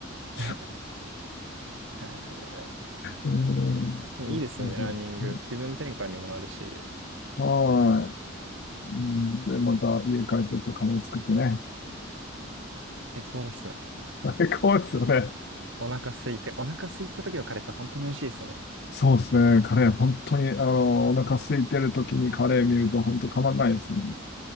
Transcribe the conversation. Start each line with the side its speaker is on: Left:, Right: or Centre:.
Right: ね。
Left: <laughs> はい
Right: へー <laughs> で
Left: えー、
Right: もいいですよね、
Left: ですね。
Right: ランニング。気分転換にもなるし、
Left: はい。うん、で、また家帰ってきてカレー作ってね。
Right: 最高ですね。
Left: 最高ですよね。
Right: お腹空いて、お腹空いた時のカレーって本当に美味しいですよね。
Left: そうですね。カレー、本当に、あの、お腹空いてる時にカレー見ると本当たまんないですね。